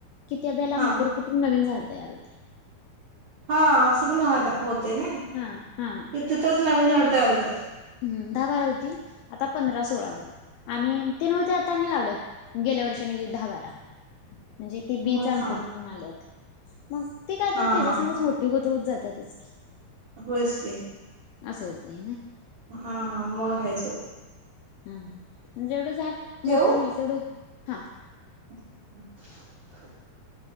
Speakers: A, on the left; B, on the right.
A: कि त्याब्याला अंकूर
B: हा
A: फुटून नवीन झाड तयार होते
B: हा असं पणला होतं ना
A: हा हा
B: तिथंच नवीन झाड तयार होतात
A: हम् दहा बारा होती आता पंधरा सोळा झाली आणि ते नव ते आता त्यांनी लावल्यात गेल्या वर्षानी दहा बारा म्हणजे ती बीच
B: मग
A: अंकूर
B: चांगलं
A: कुठून आलीत मग ते का आता
B: हा
A: त्याच्यासगच
B: हा
A: मोटिव होत होत जातातच की
B: होच के
A: अस अस होतेय ना
B: हा हा म खयच
A: हा जेवढं झाड
B: ठेवू
A: मोठं होईल तेवढं हा
B: <inaudible>